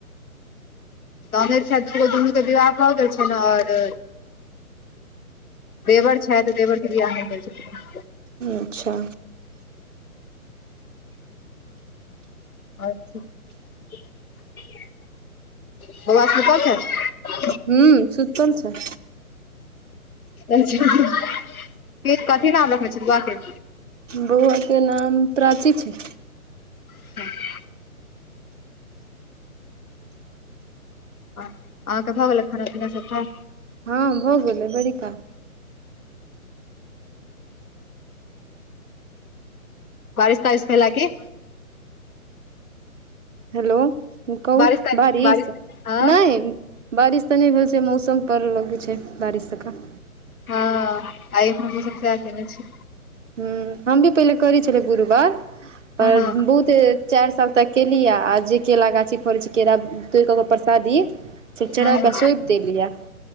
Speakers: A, on the left; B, on the right.
A: तनै छ दुनू के विवाह भऽ गेल छ ने आओर देवर छथि तऽ देवरके बिआह नहि कर छथि
B: अच्छा
A: अच्छा बौआ सब
B: हू सुतल छै
A: अच्छा कथी नाम रखने छै बआ के
B: बौआ के नाम प्राची छै
A: <inaudible> अहाँके भऽ गेलै खाना पीना सब खा
B: हँ भो गलै बड़िका
A: बारिश तारिस भेला की
B: हेलो कहु
A: बारिश तारिश
B: बारिश
A: हँ
B: नहि बारिश तऽ नहि भेल छै मौसम पर लगैत छै बारिश जेका
A: हँ आइ हमसब सएह केयने छी
B: ह हम भी पहिले करै छलै गुरुवार
A: हँ
B: पर
A: हँ
B: बहुत चारि साल तक केली आ आ जे केेला गाछी फड़ै छै केरा तोड़ कऽ ओ परसादी खिचड़ा
A: हँ
B: कऽ सौंप देलियिया